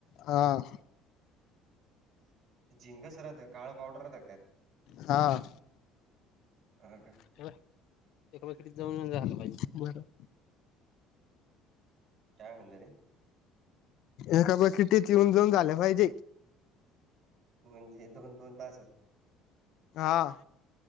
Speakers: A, on the left; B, on the right.
A: हां.
B: झिंंग सरत हाय काळ पावडर आहे त्यात.
A: हां.
B: हं ग.
A: ते ब एका वाकडीत जाऊनच झालं पाहिजे बरं.
B: काय म्हणलं ते.
A: एका बाटलीतच जेऊन जाऊन झालं पाहिजे.
B: म्हणजे दोन दोन तास.
A: हां.